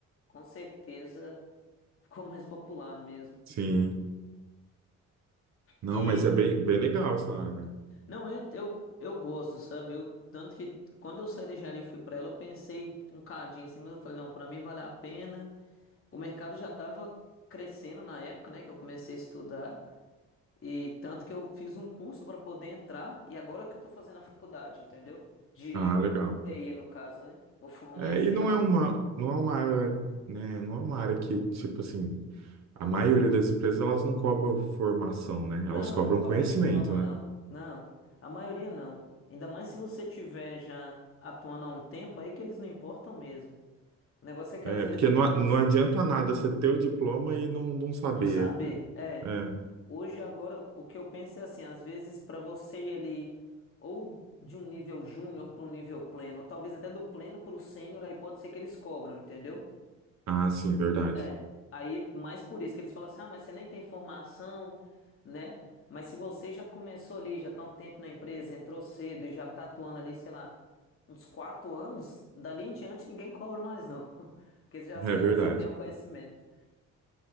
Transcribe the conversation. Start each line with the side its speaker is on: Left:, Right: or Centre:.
Left: com certeza <laughs> ficou mais popular mesmo.
Right: sim. Não,
Left: E
Right: mas é bem, bem legal essa área. cara.
Left: Não é, eu, eu gosto, sabe? Eu, tanto que quando eu saí da engenharia e fui pra ela, eu pensei um cadinho assim, mas eu falei, não, pra mim vale a pena. O mercado já tava crescendo na época, né, que eu comecei a estudar, e tanto que eu fiz um curso pra poder entrar, e agora que eu tô fazendo a faculdade, entendeu? De
Right: Ah, legal.
Left: TI, no caso, né? Vou formar
Right: É,
Left: esse
Right: e não
Left: ano.
Right: é uma, não é uma área, né, não é uma área que, tipo assim, a maioria das empresas, elas não cobram formação, né?
Left: Não,
Right: Elas cobram
Left: não cobra
Right: conhecimento,
Left: diploma,
Right: né?
Left: não. Não, a maioria não. Ainda mais se você tiver já atuando há um tempo, aí que eles não importam mesmo. O negócio é que
Right: É,
Left: às
Right: é,
Left: vezes
Right: porque não,
Left: para
Right: a-
Left: você,
Right: não adianta nada você ter o diploma e não, não saber.
Left: Não saber, é.
Right: É.
Left: Hoje, agora, o que eu penso é assim: às vezes, para você ir ali, ou de um nível júnior para um nível pleno, ou talvez até do pleno para o sênior, aí pode ser que eles cobram, entendeu?
Right: Ah,
Left: S-
Right: sim, verdade.
Left: É. Aí, mais por isso que eles falam assim: ah, mas você nem tem formação, né? Mas se você já começou ali, já tá um tempo na empresa, entrou cedo e já tá atuando ali, sei lá, uns quatro anos, dali em diante ninguém cobra mais, não. <laughs> Porque eles já sabem
Right: É verdade.
Left: que você tem o conhecimento.